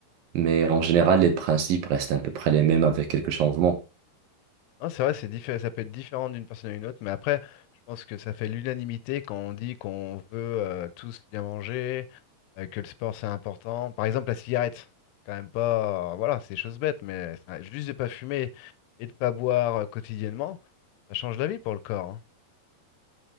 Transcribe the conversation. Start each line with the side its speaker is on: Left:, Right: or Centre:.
Right: Mais en général, les principes restent à peu près les mêmes avec quelques changements.
Left: Non, c'est vrai, c'est diffé- ça peut être différent d'une personne à une autre, mais après, je pense que ça fait l'unanimité quand on dit qu'on veut euh, tous bien manger, euh, que le sport c'est important. Par exemple, la cigarette, c'est quand même pas, voilà, c'est des choses bêtes, mais ça- juste de pas fumer et de pas boire euh, quotidiennement, ça change la vie pour le corps. Hein.